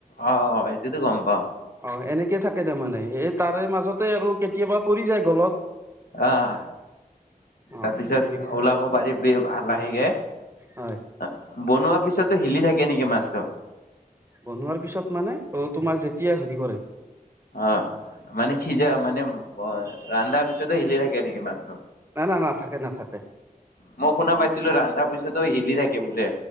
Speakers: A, on the left (about 90°); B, on the right (about 20°).
A: অ অ সেইটোতো গম পাও
B: অ এনেকে থাকে তাৰমানে সে তাৰ মাজ। মাজতে আৰু কেতিয়াবা পৰি যায় গলত।
A: আহ,
B: অ
A: তাৰপিছত
B: এনেকুৱা
A: ওলাব পাৰিব ভাল লাহেগে অ।
B: হয়
A: বনোৱা পিছতো হিলি থাকে নেকি মাছটো।
B: বনোৱাৰ পিছত মানে, অ তোমাৰ যেতিয়া হেৰি কৰে।
A: অ, মানে সিজা মানে ৰন্ধাৰ পিছতে হিলি থাকে নেকি মাছ।
B: না না নাথাকে নাথাকে
A: মই শুনা পাইছিলো, ৰন্ধাৰ পিছত। হিলি থাকে বোলে।